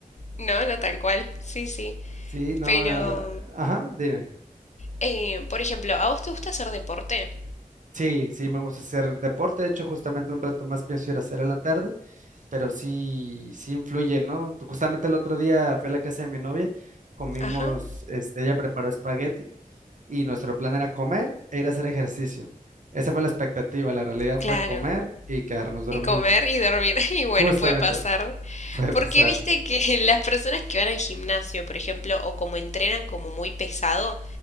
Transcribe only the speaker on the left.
No, no tal cual. Sí, sí.
Pero,
eh, por ejemplo, ¿a vos te gusta hacer deporte?
Ajá.
Claro.
Y comer y dormir. <laughs> Y bueno,
puede pasar.
Porque
viste que <laughs> las personas que van al gimnasio, por ejemplo, o como entrenan como muy pesado,